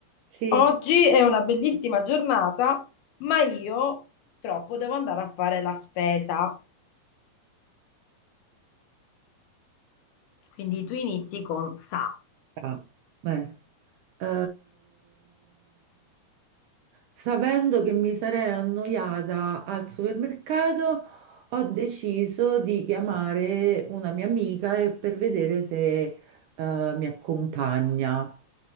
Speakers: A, on the right; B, on the left.
A: Sì.
B: Oggi è una bellissima giornata, ma io purtroppo devo andare a fare la spesa. Quindi tu inizi con sa.
A: Ah, eh. eh, sapendo che mi sarei annoiata al supermercato, ho deciso di chiamare una mia amica e- per vedere se, eh, mi accompagna.